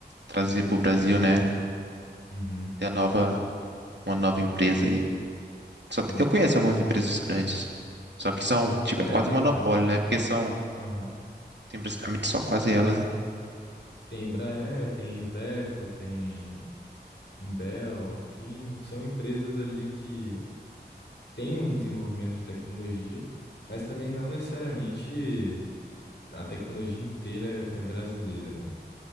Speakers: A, on the right (about 80°); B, on the left (about 85°).
A: trazer para o Brasil,
B: entendeu?
A: né?
B: Uhum,
A: Ter a nova uma nova empresa aí. Só que
B: sim.
A: eu conheço algumas empresas grandes, só que são, tipo,
B: É,
A: é quase
B: tem.
A: monopólio, né? Porque são,
B: Aham.
A: tem basicamente só quase elas, né?
B: Tem Embraer, tem Iveco, tem Imbel, que são empresas ali que têm um desenvolvimento de tecnologia, mas também não necessariamente a tecnologia inteira é brasileira, né?